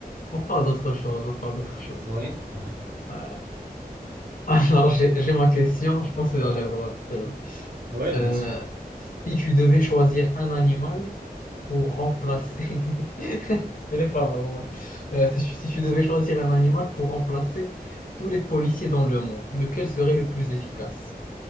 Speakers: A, on the left; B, on the right.
A: on parle d'autre chose, on parle d'autre chose.
B: Oui. Ouais.
A: Euh, alors, j'ai j'ai ma question, je pense qu'elle a l'air drôle, celle-là.
B: Ouais,
A: Euh,
B: bien sûr.
A: si tu devais choisir un animal pour remplacer... <laughs> Elle est pas mal, voilà. Euh, si tu si tu devais choisir un animal pour remplacer tous les policiers dans le monde, lequel serait le plus efficace?